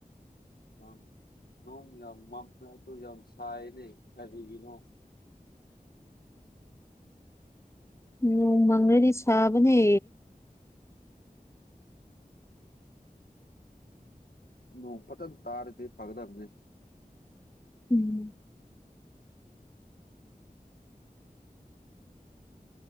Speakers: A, on the left (about 75°); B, on the left (about 15°).
A: ꯂꯥꯡ ꯅꯣꯡ ꯌꯥꯝ ꯃꯝꯔ꯭ꯖꯨ ꯌꯥꯝ ꯁꯥꯏꯌꯦꯅꯦ ꯀꯔꯤꯒꯤꯅꯣ
B: ꯅꯣꯡ ꯃꯪꯔꯗꯤ ꯁꯥꯕꯅꯦ
A: ꯅꯣꯡ ꯐꯖꯟꯅ ꯇꯥꯔꯗꯤ ꯐꯒꯗꯕꯅꯦ
B: ꯎꯝ